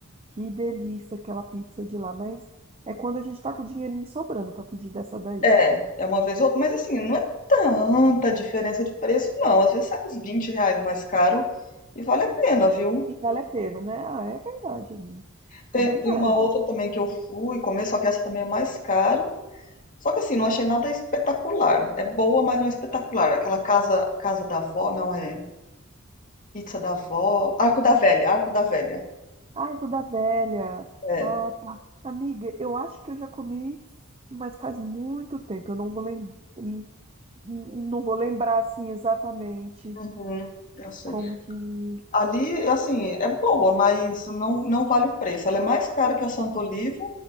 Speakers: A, on the right; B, on the left.
A: que delícia aquela pizza de lá, mas é quando a gente tá com o dinheirinho sobrando para pedir dessa daí.
B: É, é uma vez ou outra, mas assim, não é tanta diferença de preço, não. Às vezes sai uns 20 reais mais caro e vale a pena, viu?
A: E vale a pena, né? Ah, é verdade, amiga.
B: Tem,
A: É verdade.
B: tem uma outra também que eu fui comer, só que essa também é mais caro. Só que assim, não achei nada espetacular. É boa, mas não é espetacular. Aquela casa, casa da avó, não é pizza da avó. Arco da Velha, Arco da Velha.
A: Arco da Velha.
B: É.
A: Ah, tá. Amiga, eu acho que eu já comi, mas faz muito tempo. Eu não vou lembrar, não vou lembrar assim exatamente
B: Uhum, eu sei.
A: como que
B: Ali, assim, é boa, mas não, não vale o preço. Ela é mais cara que a Santa Oliva,